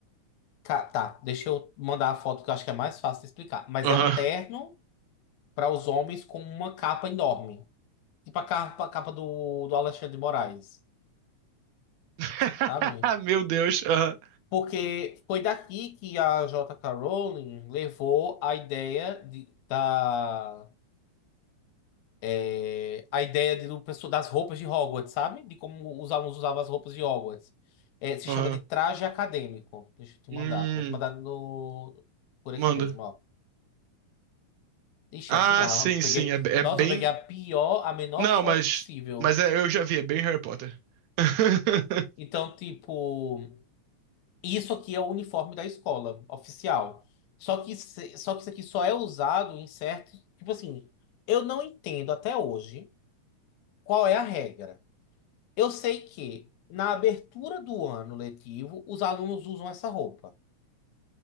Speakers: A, on the left; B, on the right.
A: Ca- Tá, deixa eu mandar a foto que eu acho que é mais fácil de explicar. Mas
B: Aham.
A: é um terno para os homens com uma capa enorme. Tipo a capa, a capa do, do Alexandre de Moraes,
B: <laughs>
A: sabe?
B: Meu Deus. Aham.
A: Porque foi daqui que a J.K. Rowling levou a ideia de, da. é, a ideia de- do, pessoa- das roupas de Hogwarts, sabe? De como os alunos usavam as roupas de Hogwarts. É, se
B: Aham.
A: chama de traje acadêmico. Deixa eu te
B: Hum,
A: mandar. Eu Vou te mandar no, por aqui
B: manda.
A: mesmo, ó. Ixi,
B: Ah,
A: é assim não.
B: sim,
A: Eu peguei,
B: sim. É, é
A: nossa,
B: bem.
A: eu peguei a pior, a menor
B: Não,
A: foto
B: mas.
A: possível.
B: Mas é- eu já vi, é bem Harry Potter. <laughs>
A: Então, tipo, isso aqui é o uniforme da escola oficial. Só que, se- só que isso aqui só é usado em certos. Tipo assim, eu não entendo até hoje qual é a regra. Eu sei que na abertura do ano letivo, os alunos usam essa roupa.